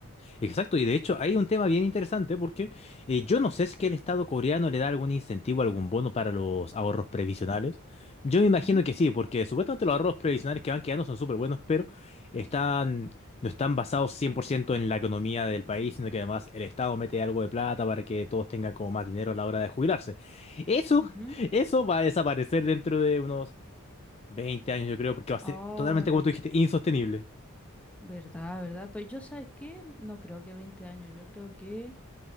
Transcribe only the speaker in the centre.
Ujú,
ujú.
Ah,
verdad, verdad. Pues yo, ¿sabes qué? No creo que 20 años, yo creo que,